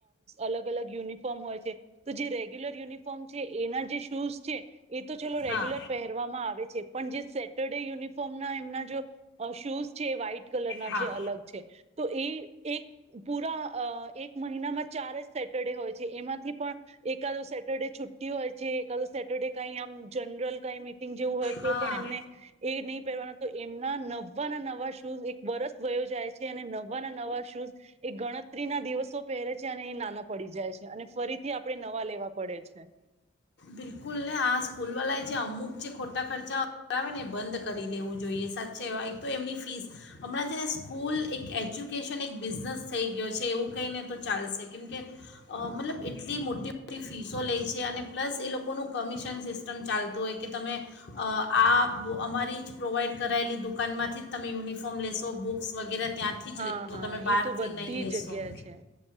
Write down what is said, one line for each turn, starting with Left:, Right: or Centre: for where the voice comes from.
Right: અલગ અલગ યુનિફોર્મ હોય છે તો જે ર ર્યુલર યુનિફોર્મ છે એના જે સૂઝ છે એ તો ચલો રેગ્યુલર
Left: હા
Right: પહેરવામાં આવે છે પણ જે સેટ રડે યુનિફોર્મ ના એમના શૂઝ છે વ્હાઈટ કલર ના
Left: હા
Right: છે અલગ છે તો એ એક પૂરા એક મહિનામાં ચાર જ સેટરડે હોય છે એમાંથી પણ એકાદો સેટરડે છુટ્ટી હોય છે એકાદ સેટરડે કઈ આમ જનરલ કઈ મી જેવું હોય
Left: હા
Right: તો પણ એમને નહીં પહેરવાના તો એમના નવા ના નવા શૂઝ એક વર્ષ વયો જાય છે અને નવા ના નવા શૂઝ એ ગણત ત્રી ના દિવસો પહેરે છે અને એ નાના પડી જાય છે અને ફરીથી આપડણે નવા લેવા પડે છે
Left: બિલકુલ ને આ સ્કૂલવાળાએ જે અમુક જે ખોટા ખર્ચા કરાવે ને એ બંધ કરી દેવું જોઈએ સાચે એ એક તો એમની ફીસ હમણાં છે ને સ્કૂલ એક એજ્યુકેશન એક બિઝનેસ થઈ ગયો છે એવું કઈને તો ચાલશે કેમકે મતલબ એટલી મોટી મોટી ફીસો લે છે અને પ્લસ એ લોકોનું કમિશન સિસ્ટમ ચાલતું હોય કે તમે આ અમારી જ પ્રોવાઈડ કરાયેલી દુકાનમાંથી જ તમે યુનિફોર્મ લેશો બુક્સ વગેરે ત્યાંથી
Right: હા
Left: જ લેશો
Right: હા
Left: તમે
Right: એ
Left: બહારથી
Right: તો બધી
Left: નહીં લેશો
Right: જગ્યા છે.